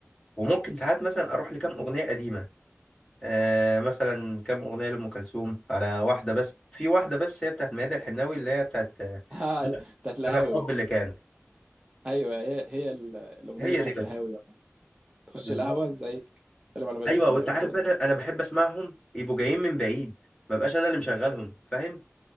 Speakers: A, on the left; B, on the right.
A: وممكن ساعات مثلا اروح لكام اغنية قديمة آه مثلا كام اغنيه لام كلثوم على واحده بس في واحده بس هي بتاعت ميادة الحناوي اللي هي بتاعت آه،
B: آه، بتاعت القهاوي
A: انا الحب اللي كان
B: ايوه هي هي ال- الاغنيه
A: هي
B: بتاعت
A: دي بس
B: القهاوي يعني. تخش
A: بالظبط
B: القهوه زي تتكلم على بدل
A: ايوه
B: الحناوي
A: وانت عارف
B: وتقعد
A: بقى انا انا بحب اسمعهم يبقوا جايين من بعيد ما بقاش انا اللي مشغلهم فاهم